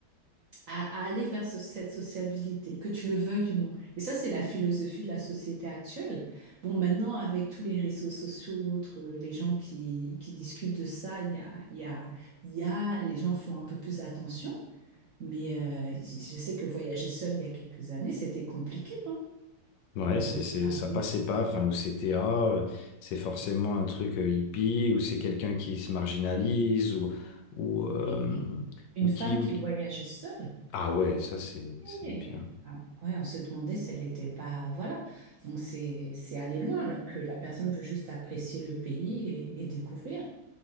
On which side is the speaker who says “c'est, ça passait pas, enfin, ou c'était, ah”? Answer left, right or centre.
Left